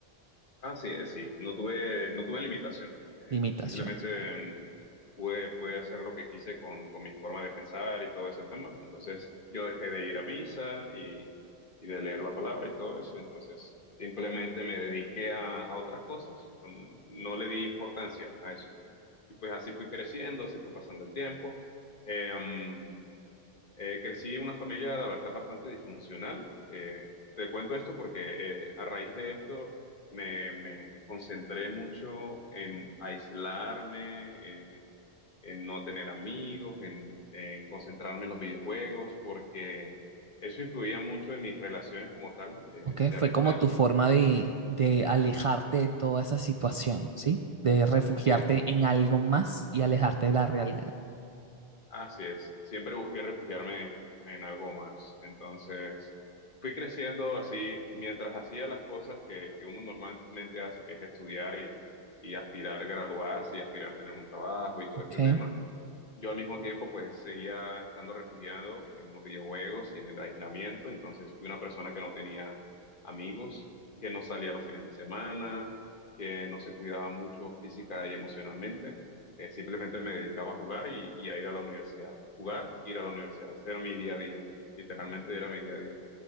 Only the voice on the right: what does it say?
de imitaciones.
¿Ok?
Fue
como tu forma de, de alejarte de toda esa situación, ¿sí? De refugiarte
en algo más y alejarte de la realidad.
¿Ok?